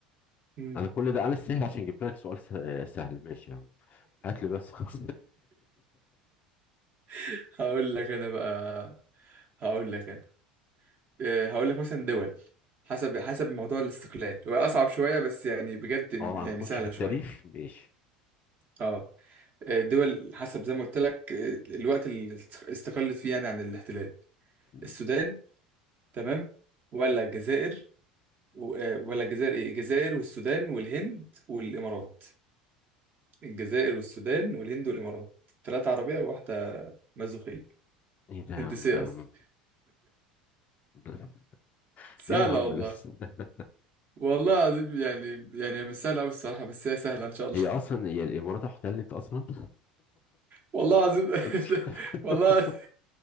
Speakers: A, on the right; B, on the left.
A: مم.
B: انا كل ده انا استاهل عشان جبت لك سؤال س- آه، سهل ماشي يا عم هات لي بس <laughs> خلاص
A: <laughs> هقول لك انا بقى هقول لك انا آه، هقول لك مثلا دول حسب حسب موضوع الاستقلال هو اصعب شويه بس يعني بجد
B: اه
A: يعني
B: هنخش
A: سهله
B: في التاريخ
A: شويه
B: ماشي
A: اه آه، دول حسب زي ما قلت لك آه، الوقت اللي است- استقلت فيه يعني عن الاحتلال
B: م.
A: السودان تمام ولا الجزائر و- آه، ولا الجزائر ايه الجزائر والسودان والهند والامارات الجزائر والسودان والهند والامارات ثلاثه عربيه وواحده مازوخيه
B: ايه ده يا
A: هندسيه
B: عم ده يا
A: قصدي
B: عم <laughs>
A: سهله
B: ايه يا عم
A: والله
B: لسه <laughs>
A: والله العظيم يعني يعني مش سهله قوي الصراحه بس هي سهله ان شاء الله
B: هي اصلا هي الامارات احتلت اصلا
A: والله العظيم
B: <laughs>
A: <laughs> والله